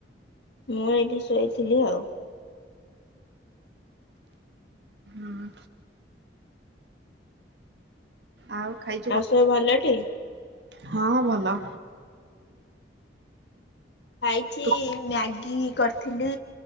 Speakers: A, on the left (about 70°); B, on the right (about 70°).
A: ମୁଁ ଏଇଠି ଶୋଇଥିଲି ଆଉ।
B: ହୁଁ। ଆଉ ଖାଇ
A: ଆଉ ସବୁ ଭଲ ଟି।
B: ହଁ ଭଲ।
A: ଖାଇଛି
B: ତୁ
A: ମ୍ୟାଗି କରିଥିଲି।